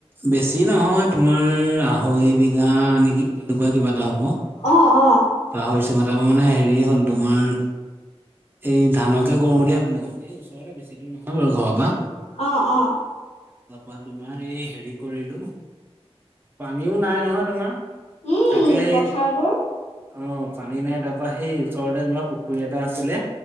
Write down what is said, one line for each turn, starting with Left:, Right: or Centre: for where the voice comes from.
Right: বেছি নহয় তোমাৰ আঢ়ৈ বিঘা। গা নেকি তেনেকুৱা কিবা এটা হব
Left: অ অ
Right: পাহৰিছ তোমাৰ তপ পৰা মানে হেৰি হ'ল তোমাৰ। এই ধানকে কৰো বুলি ভাবিলো মানে এই ওচৰতে বেছি দূৰ নহয় বাৰু ঘৰৰ পৰা।
Left: অ-অ।
Right: তাৰপা তোমাৰ এই হেৰি কৰিলোম পানীও নাই নহয় তোমাৰ।
Left: উম
Right: তাকেই
Left: পথাৰবোৰ
Right: অ, পানী নাই তাৰপা সেই ওচৰতে যেনিবা পুখুৰী এটা আছিলে।